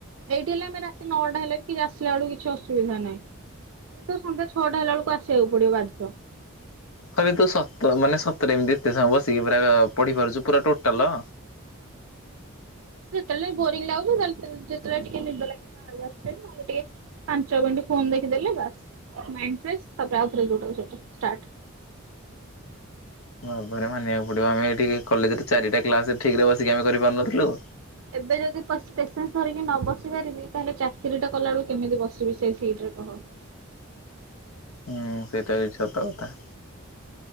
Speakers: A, on the right; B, on the left.
A: ଏଇଠି ହେଲେ ଆମେ ରାତି ନଅଟା ହେଲେ ବି କିଛି ଆସିଲା ବଳକୁ କିଛି ଅସୁବିଧା ନାହିଁ। ତ ସନ୍ଧ୍ୟ ଛଅଟୁ ହେଲା ବଳକୁ ଆସିବାକୁ ପଡିବ ବାଧ୍ୟ
B: ତଥାପି ତୁ ସତ ମାନେ ସତରେ ଏମିତି ଏତେ ସମୟ ବସିକି ପା ପଢି ପାରୁଚୁ ପୁରା ଟୋଟାଲ
A: ଯେତେବେଳେ ବୋରିଂ ଲାଗୁଛି ଯେତେବେଳେ ଟିକେ ନିଦ ଲାଗେ ନହେଲେ ଟିକେ ପାଞ୍ଚ ମିନିଟ୍ ଫୋନ ଦେଖିଦେଲେ ବାସ ମାଇଣ୍ଡ ଫ୍ରେଶ ତାପରେ ଆଉଥରେ ଯୋଉଟାକୁ ସେଟା ଷ୍ଟାର୍ଟ
B: ଯାହା ହଉ ଭାବରେ ମାନିବାକୁ ପଡିବ ଆମେ ଏଠିକି କଲେଜରେ ଚାରିଟା କ୍ଲାସ ଠିକରେ ବସିକି ଆମେ କରିପାରୁନଥିଲୁ।
A: ଏବେ ଯଦି ପେସେନ୍ସ ଧରିକି ନ ବସି ପାରିବି ତାହେଲେ ଚାକିରିଟା କଲା ବବେଳକୁ କେମିତି ବସିବି ସେ ସେଇ ସିଟରେ କହ?
B: ହୁଁ ସେଇଟା ବି ସତ କଥା।